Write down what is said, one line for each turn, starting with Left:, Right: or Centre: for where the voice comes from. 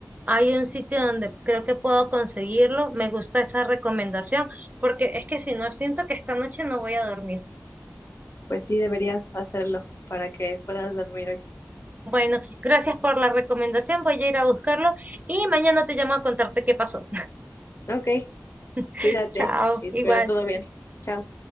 Right: hay un sitio donde creo que puedo conseguirlo. Me gusta esa recomendación porque es que si no, siento que esta noche no voy a dormir.
Left: Pues sí, deberías hacerlo para que puedas dormir hoy.
Right: Bueno, gracias por la recomendación. Voy a ir a buscarlo y mañana te llamo a contarte qué pasó.
Left: Ok,
Right: <laughs>
Left: cuídate
Right: Chao,
Left: y espero
Right: igual.
Left: todo bien. Chao.